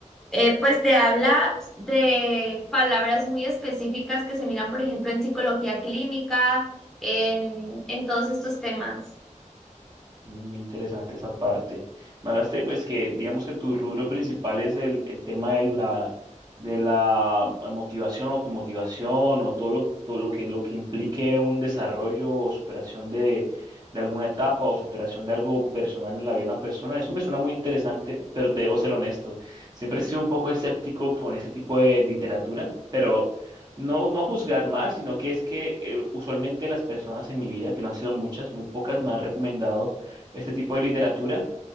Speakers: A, in the centre; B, on the right.
A: eh, pues te habla de palabras muy específicas que se miran, por ejemplo, en psicología clínica, en, en todos estos temas.
B: Muy interesante esa parte. Me hablaste, pues, que digamos que tu rubro principal es el, el tema de la, de la eh, motivación, automotivación o todo lo, todo lo que, lo que implique un desarrollo o superación de, de alguna etapa o superación de algo personal en la vida de una persona. Eso me suena muy interesante, pero debo ser honesto. Siempre he sido un poco escéptico con ese tipo de literatura, pero no, no juzgar mal, sino que es que eh, usualmente las personas en mi vida, que no han sido muchas, muy pocas, me han recomendado este tipo de literatura,